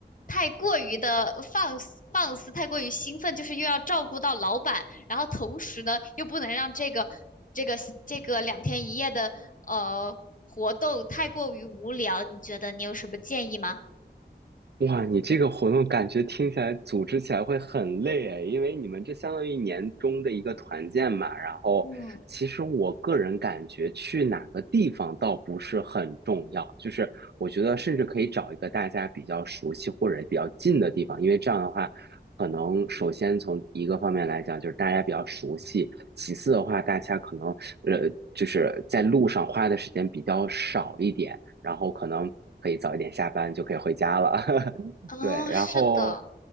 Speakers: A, on the left; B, on the right.
A: 太过于的放肆放肆，太过于兴奋，就是又要照顾到老板，然后同时呢又不能让这个这个这个两天一夜的呃活动太过于无聊，你觉得你有什么建议吗？
B: 哇，你这个活动感觉听起来组织起来会很累诶，因为你们这相当于年终的一个团建嘛。然后，
A: 嗯，
B: 其实我个人感觉去哪个地方倒不是很重要，就是我觉得甚至可以找一个大家比较熟悉或者比较近的地方，因为这样的话，可能首先从一个方面来讲，就是大家比较熟悉；其次的话，大家可能呃就是在路上花的时间比较少一点，然后可能可以早一点下班就可以回家了。<laughs>
A: 啊、
B: 对，然后
A: 是的。